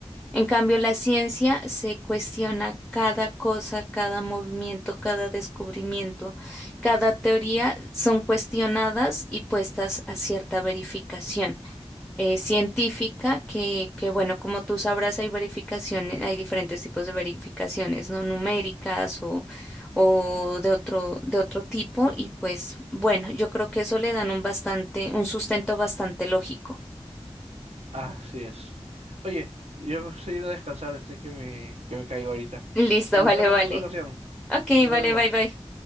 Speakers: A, in the centre; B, on the right.
A: En cambio, la ciencia se cuestiona cada cosa, cada movimiento, cada descubrimiento, cada teoría son cuestionadas y puestas a cierta verificación eh, científica que, que, bueno, como tú sabrás, hay verificaciones, hay diferentes tipos de verificaciones, no numéricas o, o de otro, de otro tipo, y pues, bueno, yo creo que eso le dan un bastante, un sustento bastante lógico.
B: Así es. Oye, yo me estoy yendo a descansar, estoy que me, que me caigo ahorita.
A: Listo,
B: Conversamos
A: vale, vale.
B: en otra ocasión.
A: Ok,
B: Nos
A: vale,
B: vemos.
A: bye, bye.